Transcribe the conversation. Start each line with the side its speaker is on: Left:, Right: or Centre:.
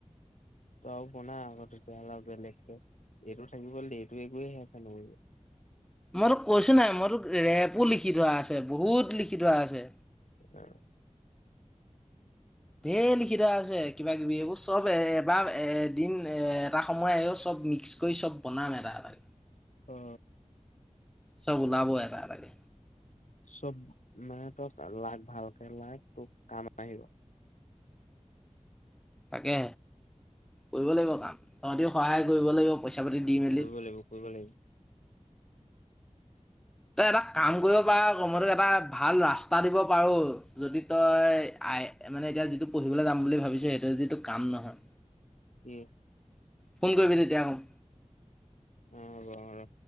Left: তই বনা আকৌ তেতিয়াৰ হ'লে আৰু বেলেগ এইটো থাকিব ' দে এইটো একোয়ে হেৰ <unintelligible>
Centre: মই তোক কৈছো নাই মই তোক ৰেপো লিখি থোৱা আছে বহুত লিখি থোৱা আছে
Left: <unintelligible>
Centre: ধেইৰ লিখি থোৱা আছে কিবা এইবোৰ চব এবাৰ এদিন এটা সময় আহিব চব মিক্স কৰি চব বনাম এটা এটাকৈ
Left: অ
Centre: চব ওলাবই এটা এটাকে
Left: চব মাহেকত লাগ ভালকে লাগ তোক কাম আহিব
Centre: তাকে কৰিব লাগিব কাম তহঁতিও সহায় কৰিব লাগিব পইচা পাতি দি
Left: কৰিব
Centre: মেলি
Left: লাগিব কৰিব লাগিব
Centre: তই এটা কাম কৰিব পাৰ কমতে মই তোক এটা ভাল ৰাস্তা দিব পাৰো যদি তই আই মানে এতিয়া যিটো পঢ়িবলৈ যাম বুলি ভাবিছ সেইটো যিটো কাম নহয়
Left: কি
Centre: ফোন কৰিবি তেতিয়াকৌ
Left: ওম হব ৰ